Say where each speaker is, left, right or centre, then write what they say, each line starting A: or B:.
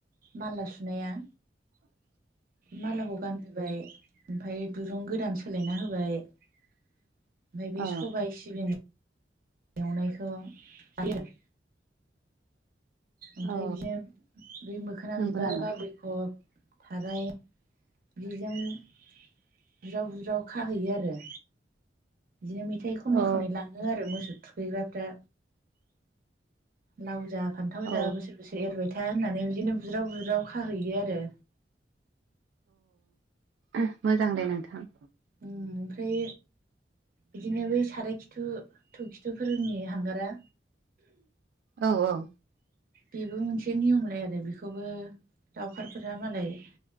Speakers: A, on the right; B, on the right.
A: माला सुनाया
B: <inaudible>
A: मालाखौ गानहोबाय ओमफ्राय दुरुं गोदान सोलायना होबाय। ओमफाय
B: अ
A: बे सबाय सिबिं एवनायखौ जायो आरो।
B: औ
A: ओमफ्राय बिदिनो बै मोखोना
B: नंगौ
A: बिबार
B: नामा
A: बाग्रिखब थाराय बेजों बुज्राव बुज्राव खाहैयो आरो। बिदिनो मेथाइ खननै
B: अ
A: खनै लाङो आरो मोसौ थुखैग्राफ्रा। लाव जा फान्थाव
B: औ
A: जा बोसोर बोसोर एरबाय था होननानै बिदिनो बुज्राव बुज्राव खाहैयो आरो।
B: अ मोजां दे नोंथां।
A: उम ओमफ्राय बिदिनो बै साराय खिथु थौ खिथुफोरनि हांगारा
B: औ औ।
A: बेबो मोनसे नियमलाय आरो बेखौबो लउखारफोरा मालाय